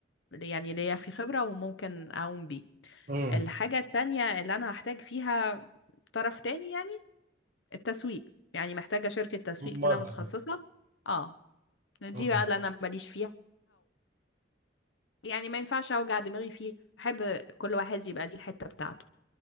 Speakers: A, on the left; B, on the right.
A: يعني ليا في خبرة وممكن اقوم بيه
B: امم
A: الحاجة التانية اللي انا هحتاج فيها طرف تاني يعني التسويق يعني محتاجة شركة تسويق
B: ماركتنج
A: كده متخصصة اه دي
B: امم
A: بقى اللي انا ماليش فيها يعني ما ينفعش اوجع دماغي فيه احب كل واحد يبقى دي الحتة بتاعته